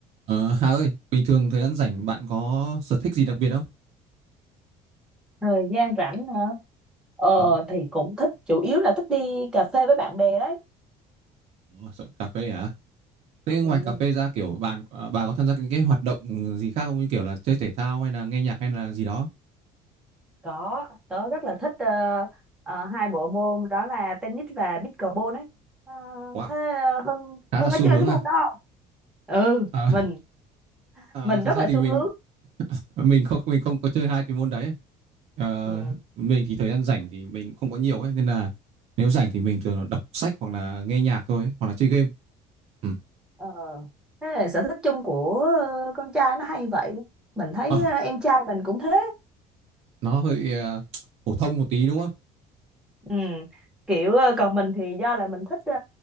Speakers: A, on the right; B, in the centre.
A: Ờ, Hà ơi, bình thường thời gian rảnh bạn có sở thích gì đặc biệt không?
B: thời gian rảnh hả ờ
A: Ừ.
B: thì cũng thích chủ yếu là thích đi cà phê với bạn bè đấy
A: Ồ, Sợ cà phê hả? Thế ngoài
B: ừ,
A: cà phê ra kiểu bạn à, bà có tham gia những cái hoạt động gì khác không như kiểu là chơi thể thao hay là nghe nhạc hay là gì đó?
B: có tớ rất là thích ờ, ờ, hai bộ môn đó là tennis và pickleball đấy Ờ,
A: Wow,
B: thế ờ, Hưng
A: khá
B: Hưng
A: là xu
B: có chơi
A: hướng
B: cái môn
A: à.
B: đó không ừ
A: À,
B: mình
A: à
B: mình
A: thực
B: rất
A: ra
B: là
A: thì
B: xu
A: mình
B: hướng
A: mình không mình không có chơi hai cái môn đấy. Ờ,
B: ừ.
A: mình thì thời gian rảnh thì mình không có nhiều ấy nên là nếu rảnh thì mình thường là đọc sách hoặc là nghe nhạc thôi ấy, hoặc là chơi game. Ừ.
B: ờ, thế là sở thích chung của ờ, con trai nó hay vậy mình thấy
A: Ờ,
B: ờ, em trai mình cũng thế
A: nó hơi ờ, phổ thông một tí đúng không?
B: Ừ. Kiểu ờ, còn mình thì do là mình thích ờ,